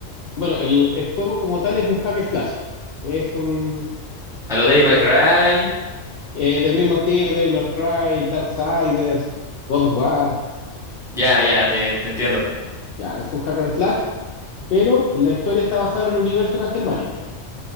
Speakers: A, on the left; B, in the centre.
A: Bueno, el, el juego como tal es un hack and slash. Es un.
B: A lo Devil
A: Es,
B: May Cry.
A: eh, del mismo estilo, Devil May Cry, Darksiders, God of War.
B: Ya, ya, te, te entiendo.
A: Ya, es un hack and slash, pero la historia está basada en el universo Castlevania.